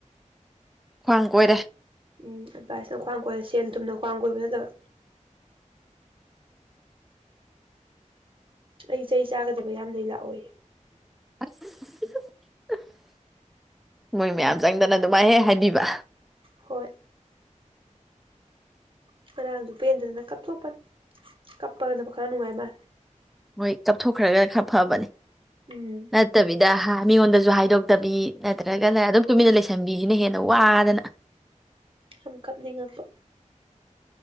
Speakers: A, in the centre; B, on the right.
A: ꯈ꯭ꯋꯥꯡ ꯀꯣꯏꯔꯦ
B: ꯎꯝ ꯑꯦꯗꯚꯥꯏꯁꯅ ꯈ꯭ꯋꯥꯡ ꯀꯣꯏꯔꯦ ꯁꯦꯟ ꯊꯨꯝꯅ ꯈ꯭ꯋꯥꯡ ꯀꯣꯏꯕ ꯅꯠꯇꯕ ꯑꯩ ꯆꯩ ꯆꯥꯒꯗꯕ ꯌꯥꯝ ꯂꯩ ꯂꯥꯎ ꯑꯣꯏ
A: <unintelligible> ꯃꯣꯏ ꯃꯌꯥꯝ ꯆꯪꯗꯅ ꯑꯗꯨꯃꯥꯏꯅ ꯍꯦꯛ ꯍꯥꯏꯕꯤꯕ
B: ꯍꯣꯏ ꯉꯥꯡꯔꯡꯁꯨ ꯄꯦꯟꯗꯗꯅ ꯀꯞꯊꯣꯛꯄꯅꯤ ꯀꯞꯄꯒꯅ ꯈꯔ ꯅꯨꯡꯉꯥꯏ ꯃꯥꯜ
A: ꯍꯣꯏ ꯀꯞꯊꯣꯛꯈ꯭ꯔꯒ ꯈꯔ ꯐꯕꯅꯦ
B: ꯎꯝ
A: ꯅꯠꯇꯕꯤꯗ ꯍꯥ ꯃꯤꯉꫭꯟ ꯨ ꯍꯥꯏꯗꯣꯛꯇꯕꯤ ꯅꯠꯇ ꯒꯅ ꯑꯗꯨꯝ
B: ꯍꯣꯏ
A: ꯇꯨꯃꯤꯟꯅ ꯂꯩꯁꯟꯕꯤꯁꯤꯅ ꯍꯦꯟꯅ ꯑ ꯋꯥꯗꯅ
B: ꯌꯥꯝ ꯀꯞꯅꯤꯡꯉꯛꯄ